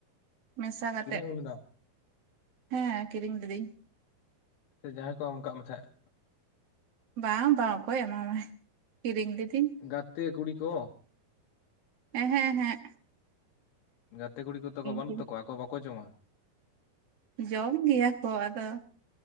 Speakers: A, on the right; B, on the left.
A: ᱢᱮᱥᱟ ᱠᱟᱛᱮᱜ
B: ᱠᱤᱨᱤᱧ ᱟᱹᱜᱩ ᱞᱮᱫᱟᱢ
A: ᱦᱮᱸ ᱠᱤᱨᱤᱧ ᱞᱤᱫᱟᱹᱧ᱾
B: ᱥᱮ ᱡᱟᱦᱟᱸᱭ ᱠᱚ ᱮᱢ ᱟᱠᱟᱜ ᱢᱮ ᱛᱟᱦᱮᱸᱫ?
A: ᱵᱟᱝ ᱵᱟᱝ ᱚᱠᱚᱭ ᱮᱢᱟᱢᱟᱭ ᱠᱤᱨᱤᱧ ᱞᱤᱫᱤᱧ᱾
B: ᱜᱟᱛᱮ ᱠᱩᱲᱤ ᱠᱚ᱾
A: ᱮᱸ ᱦᱮᱸᱜ ᱮᱸ ᱦᱮᱸᱜ
B: ᱜᱟᱛᱮ ᱠᱩᱲᱤ ᱠᱚᱛᱚ ᱠᱚ ᱵᱟᱹᱱᱩᱜ
A: ᱠᱤᱨᱤᱧ
B: ᱛᱟᱠᱚᱣᱟ ᱟᱠᱚ ᱵᱟᱠᱚ ᱡᱚᱢᱟ?
A: ᱡᱚᱢ ᱜᱮᱭᱟ ᱠᱚ ᱟᱫᱚ